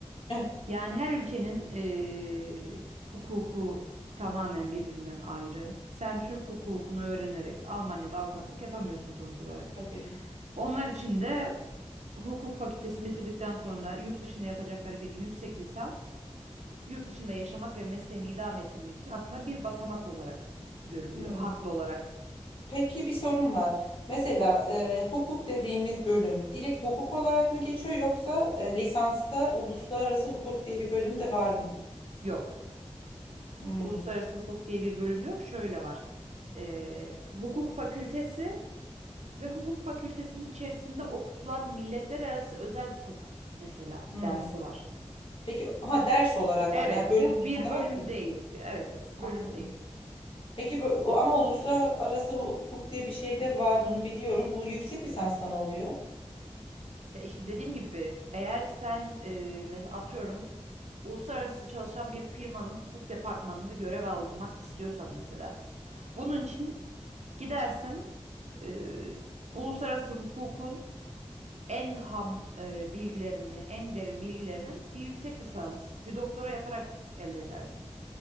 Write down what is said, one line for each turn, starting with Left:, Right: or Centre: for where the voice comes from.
Left: Eh,
Right: Yani her ülkenin eee, hukuku tamamen birbirinden ayrı. Sen Türk hukukunu öğrenerek Almanya'da avukatlık yapamıyorsun sonuç olarak.
Left: Tabii.
Right: Onlar için de hukuk fakültesi bitirdikten sonra yurt dışında yapacakları bir yüksek lisans, yurt dışında yaşamak ve mesleğini idame ettirmek için aslında bir basamak olarak görülüyor.
Left: Hmm.
Right: Haklı olarak
Left: Peki bir sorum var. Mesela e, hukuk dediğimiz bölüm direkt hukuk olarak mı geçiyor yoksa e, lisansta uluslararası hukuk diye bir bölüm de var mı?
Right: yok.
Left: Hmm.
Right: Uluslararası hukuk diye bir bölüm yok. Şöyle var. Eee, hukuk fakültesi Ve hukuk fakültesinin içerisinde okutulan milletler arası özel hukuk mesela
Left: Hmm.
Right: dersi var.
Left: Peki ha ders olarak
Right: Evet,
Left: var yani bölüm
Right: bu bir
Left: olarak
Right: bölüm
Left: yok.
Right: değil. Evet, evet,
Left: Anladım.
Right: bölüm değil.
Left: Peki bö- o- ama uluslararası hukuk diye bir şey de var bunu biliyorum. Bu yüksek lisansla mı oluyor?
Right: Ya işte dediğim gibi eğer sen e, mesela atıyorum uluslararası çalışan bir firmanın hukuk departmanında görev almak istiyorsan mesela bunun için gidersin e, uluslararası hukukun en ham e, bilgilerini, en derin bilgilerini bir yüksek lisans, bir doktora yaparak elde edersin.